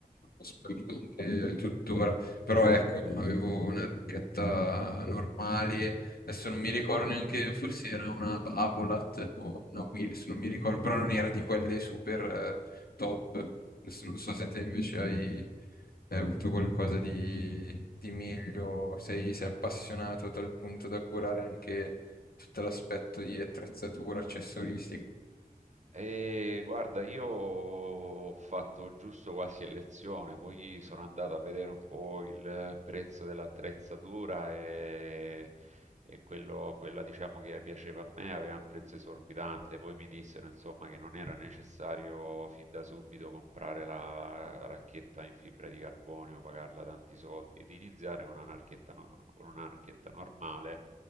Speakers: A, on the left (about 75°); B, on the right (about 50°).
A: sport anche tuttora, però ecco, no, avevo una racchetta normale, adesso non mi ricordo neanche, forse era una Babolat o una Wills, non mi ricordo, però non era di quelle super eh, top. Adesso non so se te invece hai hai avuto qualcosa di, di meglio, sei, sei appassionato a tal punto da curare anche tutto l'aspetto di attrezzatura, accessoristica.
B: E guarda, io ho fatto giusto qualche lezione, poi sono andato a vedere un po' il prezzo dell'attrezzatura e, e quello- quella diciamo che piaceva a me aveva un prezzo esorbitante, poi mi dissero insomma che non era necessario fin da subito comprare la racchetta in fibra di carbonio, pagarla tanti soldi ed iniziare con una racchetta, no- con una racchetta normale